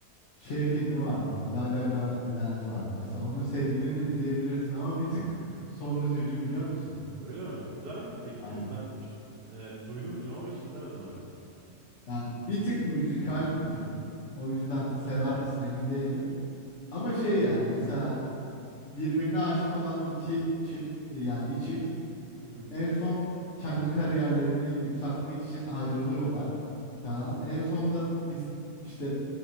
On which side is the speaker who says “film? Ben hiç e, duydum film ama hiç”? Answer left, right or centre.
Right